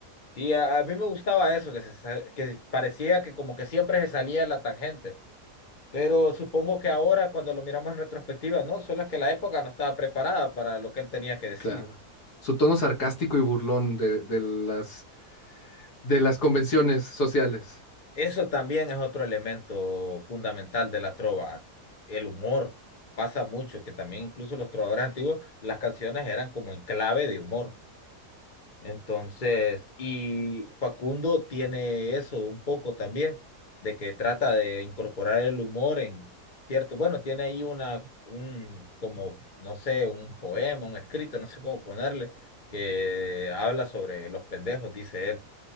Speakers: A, on the left; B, on the left.
A: Sí, a, a mí me gustaba eso, que, se, sa- que parecía que como que siempre se salía de la tangente. Pero supongo que ahora, cuando lo miramos en retrospectiva, no, solo es que la época no estaba preparada para lo que él tenía que decir.
B: Claro. Su tono sarcástico y burlón de, de las, de las convenciones sociales.
A: Eso también es otro elemento fundamental de la trova, el humor. Pasa mucho, que también incluso los trovadores antiguos, las canciones eran como en clave de humor. Entonces, y Facundo tiene eso un poco también, de que trata de incorporar el humor en, cierto, bueno, tiene ahí una, un, como, no sé, un poema, un escrito, no sé cómo ponerle, que habla sobre los pendejos, dice él,